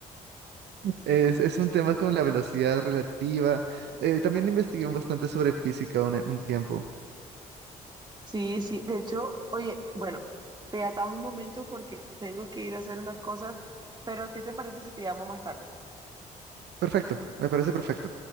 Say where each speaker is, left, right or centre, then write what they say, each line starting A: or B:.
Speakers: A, on the right (about 60°); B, on the right (about 20°).
A: Es, es un tema con la velocidad relativa. Eh, también investigué bastante sobre física un, un tiempo.
B: Sí, sí, de hecho, oye, bueno, te atajo un momento porque tengo que ir a hacer unas cosas, pero ¿qué te parece si te llamo más tarde?
A: Perfecto, me parece perfecto.